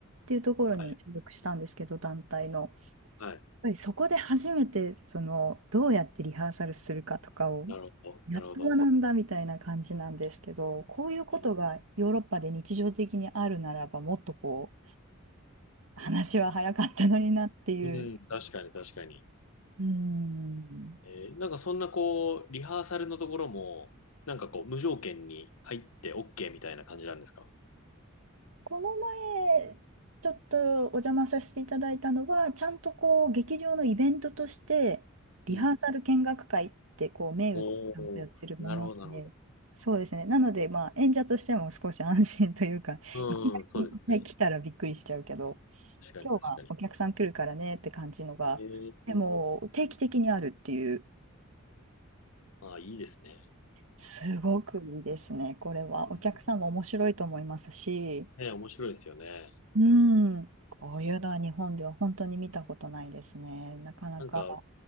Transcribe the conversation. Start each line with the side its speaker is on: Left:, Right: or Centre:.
Right: ていうところに所属したんですけど、
Left: はい。
Right: 団体の。や
Left: はい。
Right: っぱりそこで初めてそのどうやってリハーサルするかとかを
Left: なるほど。
Right: やっと学んだみたいな感じなんですけど、
Left: なるほど。
Right: こういうことがヨーロッパで日常的にあるならば、
Left: え
Right: もっとこう話は早かったのになっていう。
Left: うん、確かに確かに。
Right: うん
Left: えーなんかそんなこう、リハーサルのところも、なんかこう、無条件に入って OK みたいな感じなんですか
Right: この前、ちょっとお邪魔させていただいたのは、ちゃんとこう、劇場のイベントとして、リハーサル見学会って、
Left: うん。
Right: こう、銘打ってちゃんとやってるもので、
Left: おお、なるほどなるほど。
Right: そうですね。なので、まあ、演者としても少し安心というか、<laughs>
Left: うん、
Right: いき
Left: そうですね。
Right: なり来たらびっくりしちゃうけど、
Left: 確かに確かに。
Right: 今日はお客さん来るからねって感じのが、
Left: ええ
Right: でも、定期的にあるっていう、
Left: ああ、いいですね。
Right: すごくいいですね。これは、
Left: うん
Right: お客さんも面白いと思いますし、
Left: ね、面白いですよね。
Right: うん。こういうのは日本では本当に見たことないですね。なかなか。
Left: なんか、